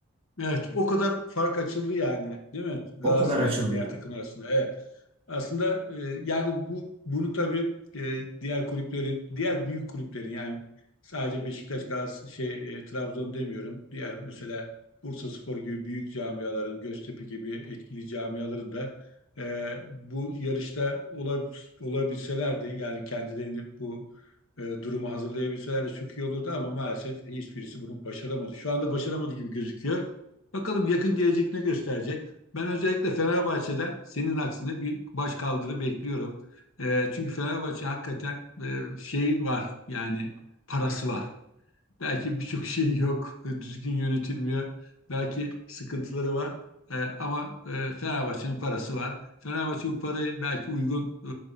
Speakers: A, on the left; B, on the right.
A: Evet, o kadar fark açıldı yani, değil mi? Galatasaray'la
B: O kadar açıldı.
A: diğer takım arasında. Evet. Aslında e, yani bu bunu tabii e, diğer kulüplerin, diğer büyük kulüplerin yani sadece Beşiktaş, Galatasaray, şey e, Trabzon demiyorum. Diğer mesela Bursaspor gibi büyük camiaların, Göztepe gibi etkili camiaların da e, bu yarışta olabil, olabilselerdi yani kendilerini bu e, durumu hazırlayabilseler de çok iyi olurdu ama maalesef hiçbirisi bunu başaramadı. Şu anda başaramadı gibi gözüküyor. Bakalım yakın gelecek ne gösterecek. Ben özellikle Fenerbahçe'den senin aksine bir baş kaldırı bekliyorum. E, çünkü Fenerbahçe hakikaten e, şey var yani parası var. Belki birçok şey yok, e, düzgün yönetilmiyor. Belki sıkıntıları var. E, ama e, Fenerbahçe'nin parası var. Fenerbahçe bu parayı belki uygun e,